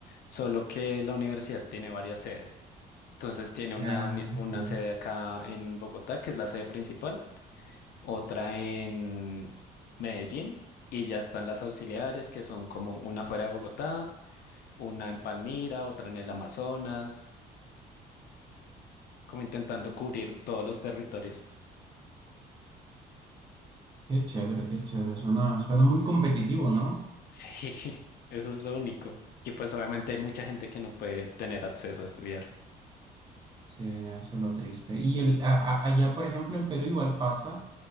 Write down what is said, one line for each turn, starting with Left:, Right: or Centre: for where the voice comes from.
Left: solo que la universidad tiene varias sedes. Entonces tiene una,
Right: Ah,
Left: uni- una
Right: sí.
Left: sede acá en Bogotá, que es la sede principal, otra en Medellín, y ya están las auxiliares, que son como una fuera de Bogotá, una en Palmira, otra en el Amazonas, como intentando cubrir todos los territorios.
Right: Qué chévere, qué chévere, suena, suena muy competitivo, ¿no?
Left: Sí, <laughs> eso es lo único. Y pues obviamente hay mucha gente que no puede tener acceso a estudiar.
Right: Sí, eso es lo triste. Y el, a- a- allá, por ejemplo, en Perú igual pasa.